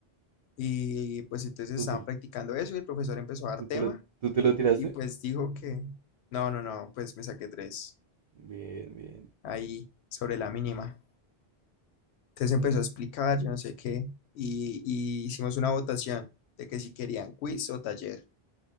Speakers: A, on the left; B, on the right.
A: Y pues entonces
B: ¿Tú
A: estaban
B: te,
A: practicando eso y el profesor empezó a dar
B: tú
A: tema
B: te lo, tú te lo tiraste?
A: y pues dijo que, no, no, no, pues me saqué tres
B: Bien, bien,
A: ahí sobre la mínima. Entonces
B: está
A: empezó
B: bien.
A: a explicar, yo no sé qué, y, y hicimos una votación de que si querían quiz o taller.